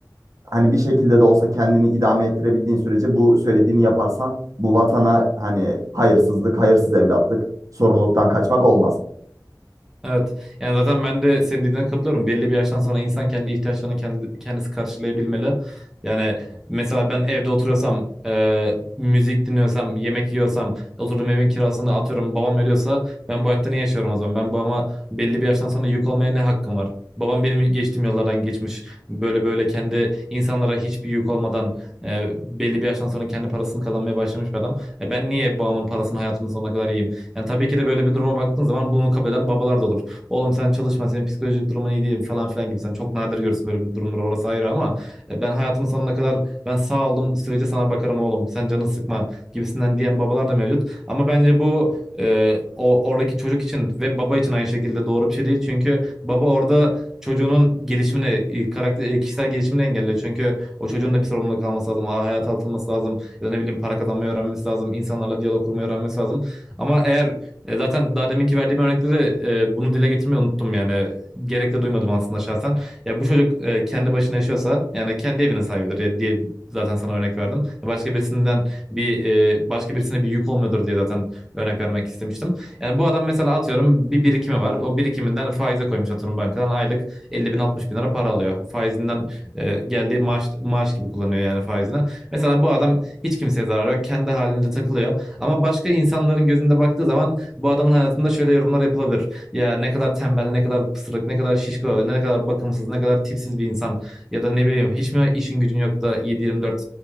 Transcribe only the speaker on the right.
hani bir şekilde de olsa kendini idame ettirebildiğin sürece bu söylediğini yaparsan bu vatana hani hayırsızlık, hayırsız evlatlık, sorumluluktan kaçmak olmaz.